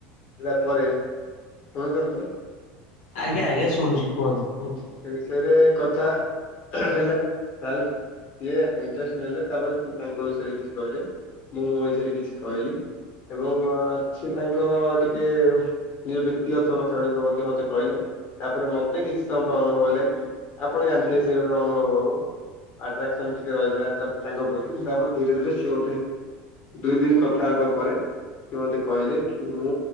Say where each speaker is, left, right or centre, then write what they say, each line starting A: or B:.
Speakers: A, on the left (about 35°); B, on the left (about 85°).
A: ହେଲା ପରେ ଶୁଣୁଛନ୍ତି ତ।
B: ଆଜ୍ଞା ଆଜ୍ଞା ଶୁଣୁଛି କୁହନ୍ତୁ କୁହନ୍ତୁ।
A: ସେ ବିଷୟରେ କଥା ହେଲେ କାଲି ସିଏ ଇଣ୍ଟରେଷ୍ଟ ନେଲେ ତାପରେ ସିଏ ତାଙ୍କ ବିଷୟରେ କିଛି କହିଲେ ମୁଁ ମୋ ବିଷୟରେ କିଛି କହିଲି। ଏବଂ ସିଏ ତାଙ୍କ ଟିକେ ନିଜ ବ୍ୟକ୍ତିଗତ କଥା ଗୁଡିକ ମଧ୍ୟ ମତେ କହିଲେ। ତାପରେ ମତେ କିଛି ସମୟ ଅନୁଭବ ହେଲା କି ଆପଣ ଜାଣିଥିବେ ସେ ଗୋଟେ ଅନୁଭବ ହବ। ଆଟ୍ରାକ୍ସନ୍ ଟିକେ ରହିଲା ତା ତାଙ୍କ ପ୍ରତି ତାପରେ ଧୀରେ ଧୀରେ ସିଏ ମୋତେ ଦୁଇ ଦିନ କଥା ହେବା ପରେ ସିଏ ମତେ କହିଲେ କି ମୁଁ